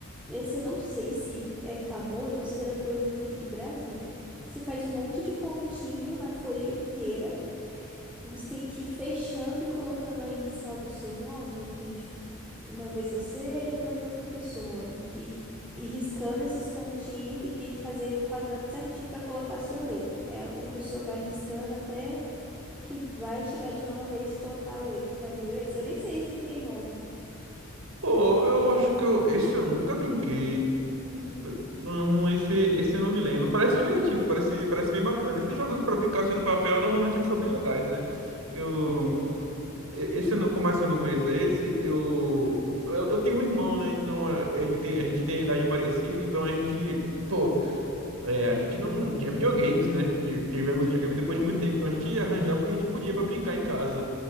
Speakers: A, in the centre; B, on the right.
A: Esse eu não sei se é famoso, ou se era coisa daqui de Brasília. Que você faz um monte de pontinho na folha inteira. Você tem que ir fechando e colocando a inicial do seu nome. Aí que tem, tipo, uma vez você, depois outra pessoa. Aí tem que ir riscando esses pontinhos e tem que fazer um quadrado certinho para colocar a sua letra. Aí a outra pessoa vai riscando até que vai chegar de novo a vez de colocar a letra. Já viu esse? Eu nem sei se tem nome.
B: Pô, eu acho que eu, esse eu nunca brinquei.
A: <laughs>
B: Não, esse, esse eu não me lembro. Parece divertido, parece, parece bem bacana. Esses jogos pra brincar assim no papel, normalmente eles são bem legais, né? Eu,
A: É.
B: e- esse, eu não- por mais que eu não conheça esse, eu, eu, eu tenho um irmão, né? Então eh, ele tem, a gente tem a idade parecida, então a gente, pô, é, a gente não tinha videogames, né? Ti- Tivemos
A: Uhum.
B: videogame depois de muito tempo, então a gente arranjava o que a gente podia pra brincar em casa.